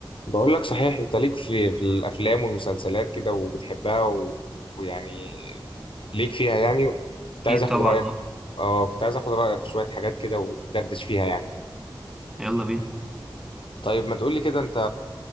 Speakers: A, on the left (about 75°); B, in the centre.
A: بقول لك صحيح انت ليك في في الافلام والمسلسلات كده وبتحبها و... ويعني ليك فيها يعني كنت عايز
B: اكيد
A: اخد
B: طبعا
A: رايك اه كنت عايز اخد رايك في شويه حاجات كده وندردش فيها يعني
B: يلا بينا
A: طيب ما تقول لي كده انت